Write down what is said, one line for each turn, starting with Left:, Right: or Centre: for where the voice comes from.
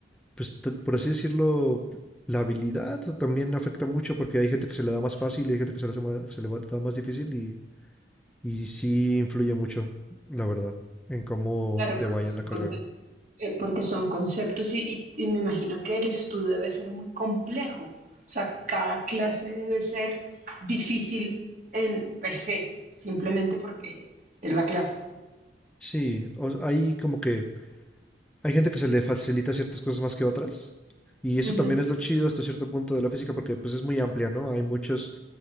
Centre: pues, t- por así decirlo, la habilidad también afecta mucho porque hay gente que se le da más fácil y hay gente que se le, hace ma- se le va- da más difícil y, y sí influye mucho, la verdad, en cómo
Right: Claro,
Centre: te
Right: porque
Centre: vaya
Right: son
Centre: en la carrera.
Right: conceptos, porque son conceptos y, y- y me imagino que el estudio debe ser muy complejo. O sea, cada clase debe ser difícil en per se, simplemente porque es la clase.
Centre: Sí, o s- hay como que hay gente que se le facilita ciertas cosas más que otras. Y eso
Right: Ujú,
Centre: también es lo chido hasta cierto punto de la física porque pues es muy amplia, ¿no? Hay muchos